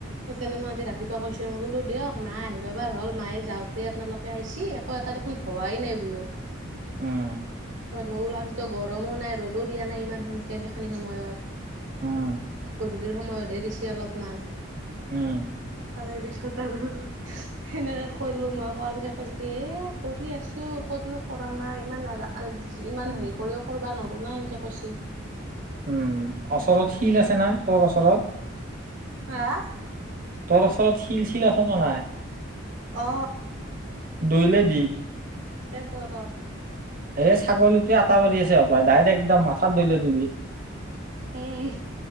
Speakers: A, on the right; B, on the right.
A: সেইকাৰণে মই আজি ৰাতিপুৱাৰ কৈছোঁ মই বোলো দিয়ক মা আহিবা বাৰ হ'ল মায়ে যাওঁতে আপোনালোকে আহিছে আকৌ এটা দে হোৱাই নাই বোলোঁ
B: উম
A: ত মই বোলোঁ যিটো গৰমো নাই ৰ'দো দিয়া নাই ইমান সেনকে সেইখিনি সময়ত।
B: উম
A: গধূলিৰ সময়তেহে দিছে অলপমান।
B: উম।
A: তাৰে পিছত আৰু সেনেকে কলোঁ মই কোৱাৰ পিছত কৈছোঁ কি এ কৰি আছোঁ। তনো কৰা নাই ইমান ইমান
B: উম
A: হেৰি কৰিও কৰবা নৰো নাই এনকে কৈছি।
B: উম অচৰত শিল আছে না তৰ অচৰত?
A: হাঁ?
B: তৰ অচৰত শিল-চিল আছে নে নাই?
A: অ।
B: দৈলে দি।
A: <unintelligible>
B: এই ছাগলীটোৱে আতা পাৰি আছে হপায়। ডাইৰেক্ট একদম মাথাত দৈলাই দিবি।
A: উম,